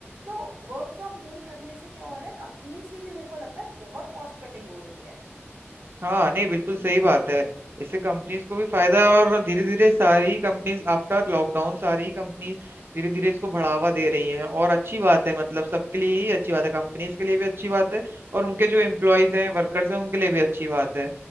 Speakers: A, on the right (about 75°); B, on the right (about 55°).
A: तो वर्क फ्रॉम होम करने से क्या हो रहा है कंपनीज की भी मेरे को लगता है बहुत कॉस्ट कटिंग हो रही है
B: हाँ नहीं बिल्कुल सही बात है इससे कंपनीज को भी फायदा है और धीरे धीरे सारी कंपनीज आफ्टर लॉकडाउन सारी कंपनीज धीरे धीरे इसको बढ़ावा दे रही हैं और अच्छी बात है मतलब सबके लिए ही अच्छी बात है कंपनीज के लिए भी अच्छी बात है और उनके जो एम्प्लॉयज हैं वर्कर्स हैं उनके लिए भी अच्छी बात है